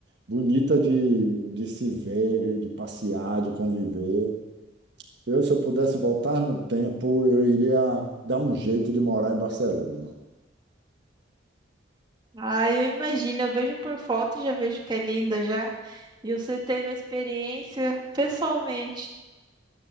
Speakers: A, on the right; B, on the right.
A: bonita de, de se ver, de passear, de conviver. Eu, se eu pudesse voltar no tempo, eu iria dar um jeito de morar em Barcelona.
B: ah, eu imagino, eu vejo por foto e já vejo que é linda já. E você teve a experiência pessoalmente.